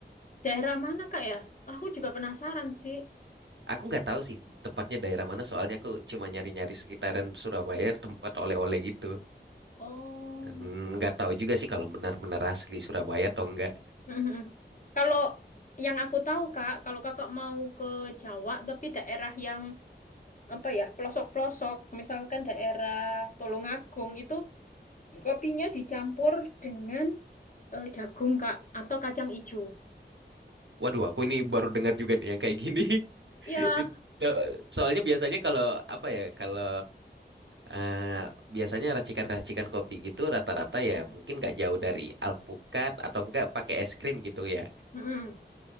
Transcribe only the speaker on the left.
daerah mana, Kak ya? Aku juga penasaran sih.
Oh.
Mhm. Kalau yang aku tahu, Kak, kalau Kakak mau ke Jawa tapi daerah yang apa ya, pelosok-pelosok, misalkan daerah Tulungagung itu kopinya dicampur dengan eh, jagung, Kak, atau kacang ijo.
Ya,
mm-mm.